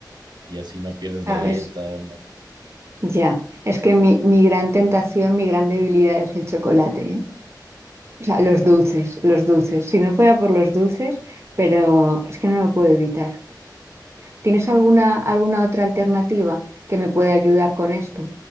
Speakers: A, on the right; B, on the right.
A: Y así no pierdes
B: ¿sabes?
A: la dieta. ¿no?
B: Ya, es que mi, mi gran tentación, mi gran debilidad es el chocolate, ¿eh? O sea, los dulces, los dulces. Si no fuera por los dulces, pero es que no lo puedo evitar. ¿Tienes alguna, alguna otra alternativa que me pueda ayudar con esto?